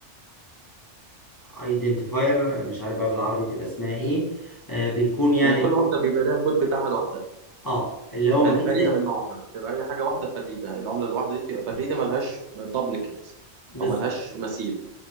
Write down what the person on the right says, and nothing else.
يعني كل واحده بيبقى لها كود بتاعها لوحدها
يعني
فريده
من نوعها بتبقى اي حاجه واحده فريده العمله الواحده دي بتبقى فريده ملهاش دبليكت
او ملهاش مثيل